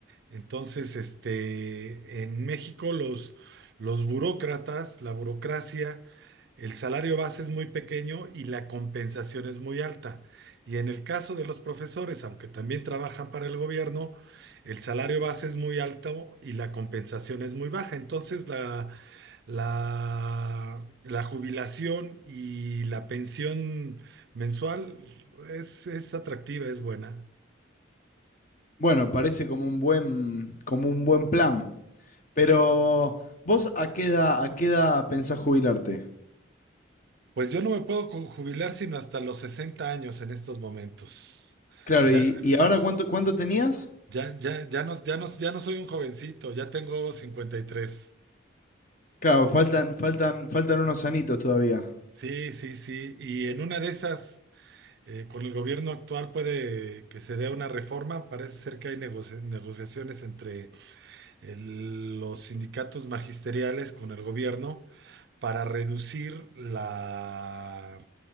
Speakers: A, on the right; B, on the left.
A: Entonces, este, en México los, los burócratas, la burocracia, el salario base es muy pequeño y la compensación es muy alta. Y en el caso de los profesores, aunque también trabajan para el gobierno, el salario base es muy alto y la compensación es muy baja. Entonces, la, la, la jubilación y la pensión Mensual es, es atractiva, es buena.
B: Bueno, parece como un buen, como un buen plan. Pero, ¿vos a qué edad, a qué edad pensás jubilarte?
A: Pues yo no me puedo co- jubilar sino hasta los 60 años en estos momentos.
B: Claro,
A: Ya,
B: y, y ahora cuánto, cuánto tenías?
A: ya, ya, ya no, ya no, ya no soy un jovencito, ya tengo cincuenta y tres
B: Claro, faltan, faltan, faltan unos anitos todavía.
A: Sí, sí, sí. Y en una de esas, eh, con el gobierno actual puede que se dé una reforma. Parece ser que hay negoci- negociaciones entre el- los sindicatos magisteriales con el gobierno para reducir la